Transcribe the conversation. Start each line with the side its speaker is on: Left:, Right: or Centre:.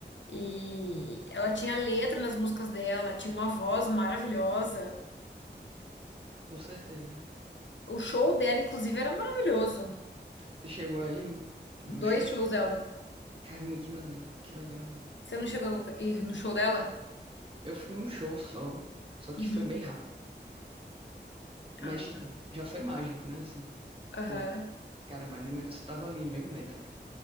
Left: E ela tinha letra nas músicas dela, tinha uma voz maravilhosa.
Right: com certeza.
Left: O show
Right: E
Left: dela, inclusive, era maravilhoso.
Right: Tu chegou aí
Left: Dois
Right: no show?
Left: shows dela.
Right: Caramba, que legal, que legal, velho.
Left: Você não chegou a ir no show dela?
Right: Eu fui em um show só, só que
Left: Uhum.
Right: foi bem rápido.
Left: Ah,
Right: Mas, tipo, já foi mágico, né? Assim,
Left: aham.
Right: pô, cara, Marília Mendonça tava ali, meio metro, velho.